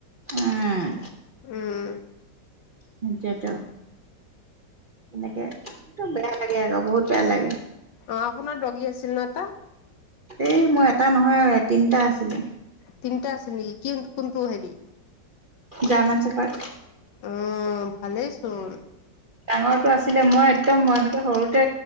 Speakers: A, on the right (about 85°); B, on the left (about 75°).
A: উম।
B: উম
A: সেইটোৱেতো, তেনেকে বেয়া লাগে আকৌ, বহুত বেয়া লাগে।
B: অ, আপোনাৰ দগী আছিল ন' এটা?
A: এ মই এটা নহয় তিনিটা আছিলে।
B: তিনিটা আছিল নেকি কিন কোনটো হেৰি?
A: জাৰ্মান শ্বেফাৰ্ড
B: অ, ভালেই চোন।
A: ডাঙৰটো আছিলে মই একদম মৰা নাই। এ সৰুতে